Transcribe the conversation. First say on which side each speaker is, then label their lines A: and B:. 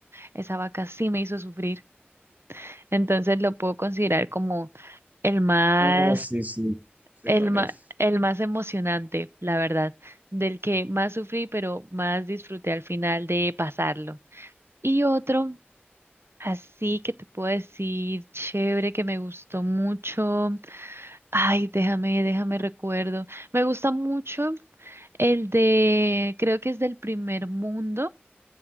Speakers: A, on the right; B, on the right.
A: esa vaca sí me hizo sufrir. Entonces lo puedo considerar como el más,
B: No, sí, sí, ya sé
A: el
B: cuál
A: más,
B: es.
A: el más emocionante, la verdad, del que más sufrí, pero más disfruté al final de pasarlo. Y otro Así que te puedo decir, chévere, que me gustó mucho. Ay, déjame, déjame recuerdo. Me gusta mucho el de, creo que es del primer mundo,